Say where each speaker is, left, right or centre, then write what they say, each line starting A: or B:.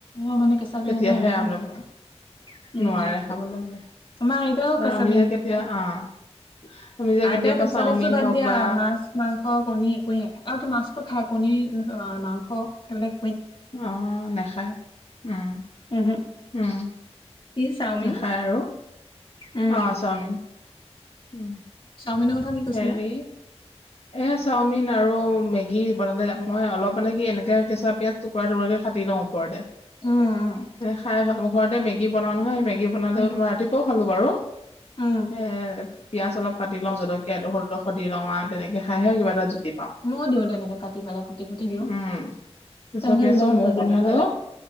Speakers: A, on the left (about 45°); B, on the left (about 65°).
A: অ, মানে কেঁচা পিয়াজৰ
B: তেতিয়াহে
A: সেইটো
B: আমলে
A: নহয় আৰু। উম,
B: নোৱাৰে খাবলৈ মানে
A: আমাৰ আইতাও
B: আৰু
A: কেঁচা
B: আমি
A: পিঁয়াজ
B: যে কেতিয়া
A: নাখায়।
B: অ'। <unintelligible>
A: আইতা
B: কেতিয়াবা
A: কেঁচা
B: চাওমিন
A: পিঁয়াজটো বাদ
B: হওক
A: দিয়া
B: বা
A: মাছ মাংস, কণী, একোৱেই নাখায় অ, কি মাছতো খাই কণী, মাংস এইবিলাক
B: অ, নাখায় উম,
A: উম, হুম।
B: উম,
A: কি চাওমিন।
B: নাখায় আৰু
A: উম,
B: অ, চাওমিন উম,
A: চাওমিনৰ কথা কি কৈছিলা?
B: হেৰি এ চাওমিন আৰু মেগী বনালে যাম মই অলপ মানে কি এনেকে কেঁচা পিয়াঁজ টুকুৰা - টুকুৰাকে কাটি লও ওপৰতে।
A: উম,
B: খাই ভাল ঘৰতে মেগী বনাও নহয়, মেগী বনালে
A: উম,
B: তোমাৰ ৰাতিপুৱাও খালো বাৰু।
A: উম,
B: এ পিয়াজ অলপ কাটি লও, জলকীয়া সৰু ডোখৰ দি লও। তেনেকে খাইহে কিবা এটা জুতি
A: ময়ো দিওঁ তেনেকে কাটি পেলাই কুটি কুটি দিওঁ।
B: উম, তথাপি
A: তেনেকে দিলেহে
B: আছো মুখ
A: ভাল
B: গোন্ধালেও
A: লাগে হয়।